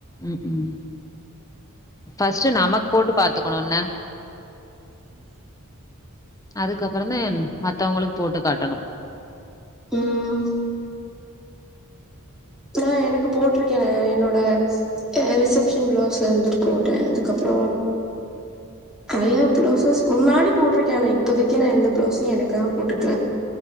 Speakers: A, on the left; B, in the centre.
A: ம் ம் ம் பஸ்ட்டு நம்ம போட்டு பாத்துக்கணு என்ன அதுக்கப்புற தா மத்தவங்களுக்கு போட்டு காட்டணு
B: ம் அக்சுவளா எனக்கு போட்டிருக்கே என்னோட ரிசப்ஷன் பிளவுஸ் வந்துட்டு போட்டே அதுக்கப்புற நறையா பிளவுசஸ் முன்னாடி போட்டிருக்கே ஆனா இப்போதைக்கி நா எந்த பிளவுஸு எனக்காக போட்டுக்கல